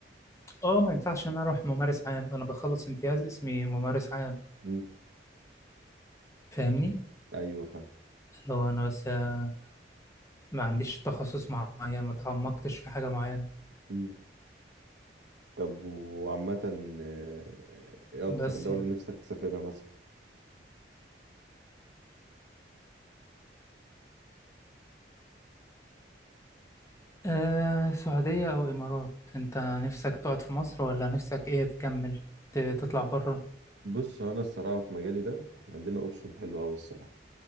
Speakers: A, on the left (about 15°); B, on the right (about 75°).
A: آه ما ينفعش إن أنا أروح ممارس عام أنا بخلص امتياز اسمي ممارس عام
B: مم.
A: فاهمني
B: ايوه فاهم
A: اللي هو أنا بس آه، ما عنديش تخصص معين ما تعمقتش في حاجة معينة
B: مم. طب وعامة آه، ايه اكتر
A: بس
B: دولة
A: يعني
B: نفسك تسافرها مثلا
A: آه، سعودية أو إمارات أنت نفسك تقعد في مصر ولا نفسك إيه تكمل ت- تطلع بره؟
B: بص هو انا الصراحه في مجالي ده احنا عندنا اوبشن حلو قوي الصراحه